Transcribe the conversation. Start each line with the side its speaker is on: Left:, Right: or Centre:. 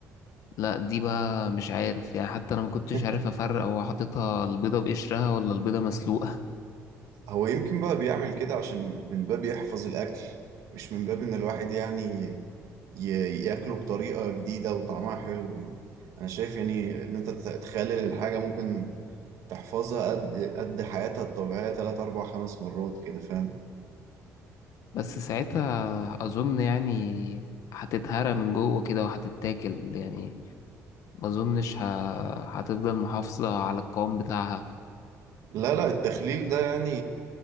Left: لا دي بقى مش عارف يعني حتى انا ما كنتش
Right: <laughs>
Left: عارف افرق هو حاططها البيضة بقشرها ولا البيضة مسلوقة
Right: هو يمكن بقى بيعمل كده عشان من باب يحفظ الأكل مش من باب إن الواحد يعني ي- ياكله بطريقة جديدة وطعمها حلو يعني أنا شايف يعني إن أنت تت- تخلل الحاجة ممكن تحفظها قد قد حياتها الطبيعية تلات أربع خمس مرات كده فاهم
Left: <laughs> بس ساعتها اظن يعني هتتهرى من جوه كده وهتتاكل يعني ما اظنش ه... هتفضل محافظة على القوام بتاعها
Right: لا لا التخليل ده يعني